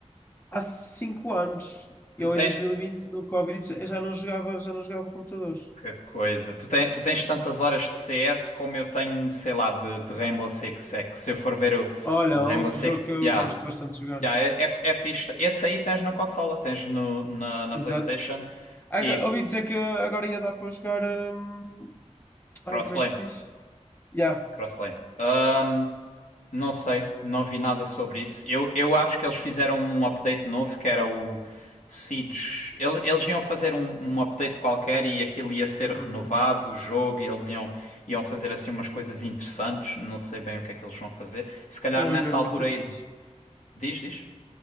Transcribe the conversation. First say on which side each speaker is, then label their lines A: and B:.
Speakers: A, on the left (about 15°); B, on the left (about 80°).
A: há cinco anos. Eu
B: Tu tens.
A: em 2020, no Covid, já já não jogava, já não jogava computadores.
B: Que coisa! Tu, tem, tu tens tantas horas de CS como eu tenho, sei lá, de, de Rainbow Six. É que se eu for ver o,
A: Olha,
B: o Rainbow
A: outro
B: Six.
A: jogo que eu
B: Yeah.
A: gosto bastante de jogar.
B: Ya, é, é, é fixe. Esse aí tens na consola, tens no, na, na
A: Exato.
B: PlayStation
A: Aga-
B: e
A: Ouvi dizer que agora ia dar para jogar. hum, Ai,
B: crossplay.
A: como é que se diz? Já.
B: Crossplay. Ahm, não sei, não vi nada sobre isso. Eu, eu acho que eles fizeram um update novo que era o Siege. Ele- Eles, iam fazer um, um update qualquer e aquilo ia ser renovado,
A: Hum.
B: o jogo, e eles iam, iam fazer assim umas coisas interessantes. Não sei bem o que é que eles vão fazer. Se calhar
A: É um
B: nessa
A: jogo
B: altura
A: muito fixe.
B: aí. de- Diz, diz.